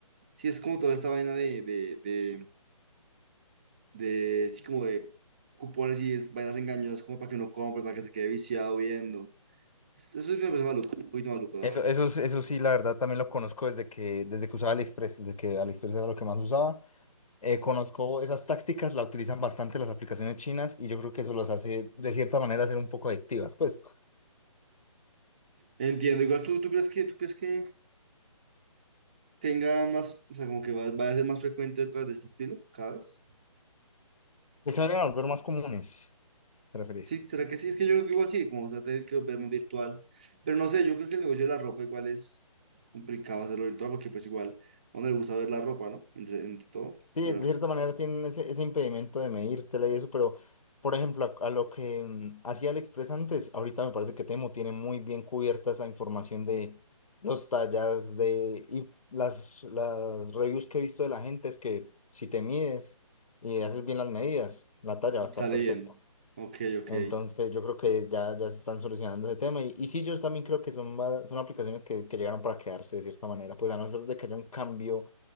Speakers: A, on the right; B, on the left.
A: sí, es como toda esta vaina de, de, de, de, sí, como de cupones y es, vainas engañosas, como para que no compre, para que se quede viciado viendo. Eso es me parece maluco, un poquito
B: Sí.
A: maluco, la
B: Eso,
A: verdad.
B: eso, sí, eso sí, la verdad, también lo conozco desde que, desde que usaba AliExpress, desde que AliExpress era lo que más usaba. Eh, conozco esas tácticas, la utilizan bastante las aplicaciones chinas y yo creo que eso los hace, de cierta manera, ser un poco adictivas. Pues,
A: Entiendo, igual tú, tú crees que, tú crees que tenga más, o sea, como que va- vaya a ser más frecuente cosas de este estilo, cada vez.
B: que se vayan a volver más comunes, ¿te referís?
A: Sí, ¿será que sí? Es que yo creo que igual sí, como se va a tener que verme virtual. Pero no sé, yo creo que el negocio de la ropa igual es complicado hacerlo virtual porque pues igual, a uno le gusta ver la ropa, ¿no? Entre, entre todo,
B: Sí,
A: ver
B: de
A: la ropa.
B: cierta manera tienen ese, ese impedimento de medírtela y eso, pero por ejemplo, a, a lo que mm, hacía AliExpress antes, ahorita me parece que Temo tiene muy bien cubierta esa información de los tallas de y las, las reviews que he visto de la gente es que si te mides y haces bien las medidas, la talla va a estar
A: Sale
B: perfecta.
A: bien. Ok, ok.
B: Entonces yo creo que ya, ya se están solucionando ese tema y, y sí, yo también creo que son, va- son aplicaciones que, que llegaron para quedarse de cierta manera, pues a no ser de que haya un cambio